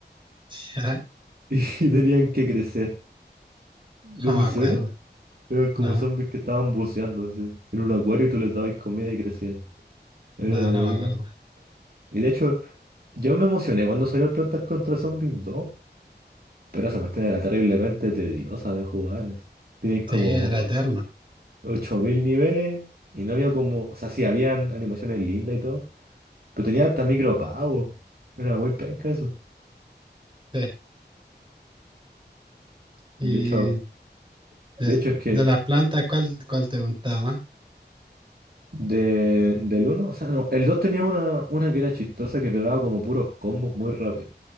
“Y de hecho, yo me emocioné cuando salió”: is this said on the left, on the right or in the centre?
Right